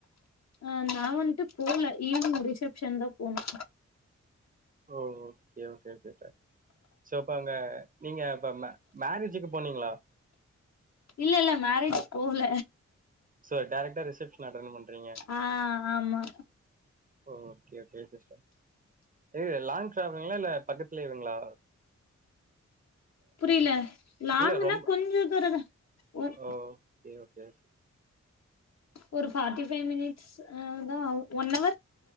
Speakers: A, on the left (about 60°); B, on the right (about 30°).
A: அ நா வந்த்ட்டு போல ஈவினிங் ரிசப்ஷன் தா போனோ
B: oh okay okay super so அப்பங்க நீங்க இப்ப மே மேரெஜுக்கு போனீங்களா
A: இல்ல இல்ல மேரேஜ் போகல
B: சோ டேரக்டா ரிசப்ஷன் அட்டென்ட் பண்றீங்க
A: ஆ ஆமா
B: ஓகே ஓகே சிஸ்டர் இல லாங் ட்ராவுங்களா இல்ல பக்கத்துலேவங்களா
A: புரியல லாங்குனா
B: இல்ல ரொம்ப
A: கொஞ்ச தூரந்தா ஒரு
B: ஓ கே ஓக் சரி ச
A: ஒரு ஃபார்ட்டி ஃபைவ் மினிட்ஸ் அ தா ஆவு ஒன் அவர்